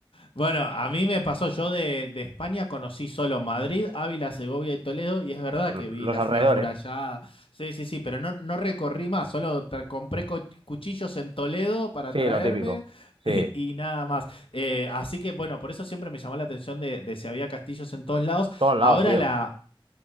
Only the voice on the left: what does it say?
Bueno, a mí me pasó, yo de, de España conocí solo Madrid, Ávila, Segovia y Toledo, y es verdad
que vi
la
ciudad murallada, sí, sí, sí, pero no, no recorrí más, solo tra- compré co- cuchillos en Toledo para
traerme
<laughs>
y, y nada más. Eh, así que bueno, por eso siempre me llamó la atención de, de si había castillos en todos lados.
Ahora
la,